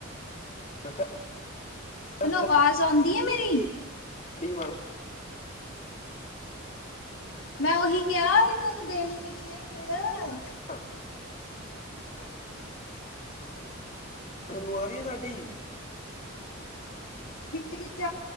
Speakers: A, on the left; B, on the left.
A: ਮੈਂ ਕਿਹਾ
B: ਤੈਨੂੰ ਆਵਾਜ਼ ਮਜ਼ਾ ਆਉਂ ਆ ਮੇਰੀ
A: ਬੜੀ ਮਾਰ
B: ਮੈਂ ਉਹੀ ਕਿਹਾ ਵੀ ਤੁਹਾਨੂੰ ਦੇਣੀ ਵੀ ਕਿੰਨੇ ਫਿਰ
A: ਹਾਂ
B: <unintelligible>
A: ਤੁਨੂੰ ਆ ਰਹੀ ਹੈ ਸਾਡੀ
B: ਵਿੱਚ ਵਿੱਚ